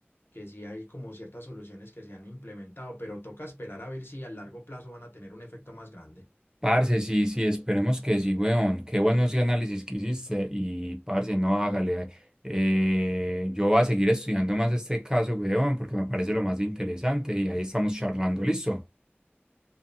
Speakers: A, on the left (about 65°); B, on the right (about 15°).
A: que sí hay como ciertas soluciones que se han implementado, pero toca esperar a ver si a largo plazo van a tener un efecto más grande.
B: Parce, sí, sí, esperemos que sí, weón. Qué buenos análisis que hiciste. Y, parce, no, hágale. Eh, yo voy a seguir estudiando más este caso, weón, porque me parece lo más interesante. Y ahí estamos charlando. Listo.